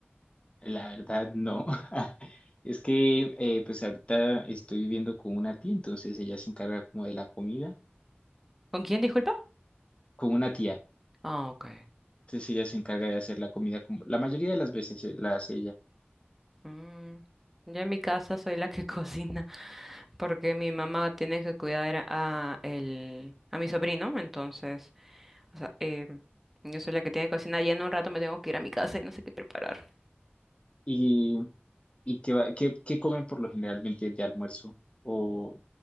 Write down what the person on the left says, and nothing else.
La verdad, no. <laughs> Es que eh, pues ahorita estoy viviendo con una tía, entonces ella se encarga como de la comida,
con una tía.
Entonces ella se encarga de hacer la comida como la mayoría de las veces eh, la hace ella.
¿Y, y qué, va- qué, qué comen por lo generalmente de almuerzo? ¿O